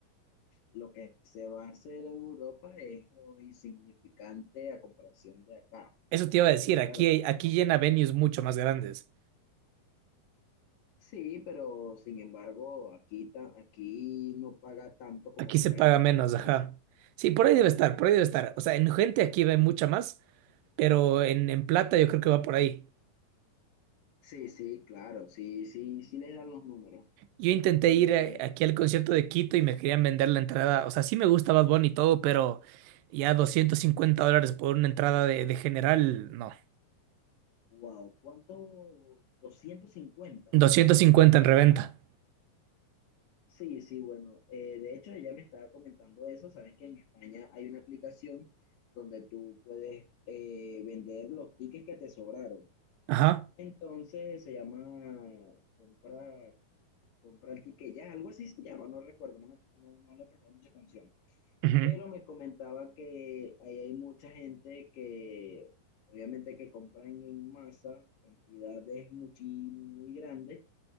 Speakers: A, on the left (about 65°); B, on the right (about 75°).
A: lo que se va a hacer en Europa es muy insignificante a comparación de acá.
B: Eso te iba a decir,
A: Pero
B: aquí,
A: claro,
B: hay-
A: supongo
B: aquí llena venues mucho más grandes.
A: Sí, pero sin embargo, aquí, ta- aquí no paga tanto como
B: Aquí
A: paga
B: se paga
A: en otros
B: menos,
A: países.
B: ajá. Sí, por ahí debe estar, por ahí debe estar. O sea, en gente aquí ve mucha más, pero en, en plata yo creo que va por ahí.
A: Sí, sí, claro, sí, sí, sí les dan los números.
B: Yo intenté
A: Eh,
B: ir eh, aquí al concierto de Quito y me querían vender la entrada. O sea, sí me gusta Bad Bunny y todo, pero ya 250 dólares por una entrada de, de general, no.
A: wow, ¿cuánto? 250.
B: doscientos cincuenta en reventa.
A: Sí, sí, bueno, eh, de hecho ella me estaba comentando eso, saben que en España hay una aplicación donde tú puedes eh, vender los tickets que te sobraron.
B: Ajá.
A: Entonces se llama compra, Compra el ticket ya, algo así se llama, no recuerdo, no, me- no, no le presté mucha atención
B: Ujú.
A: pero me comentaba que ahí hay mucha gente que obviamente que compran en masa, cantidades muchi- muy grandes,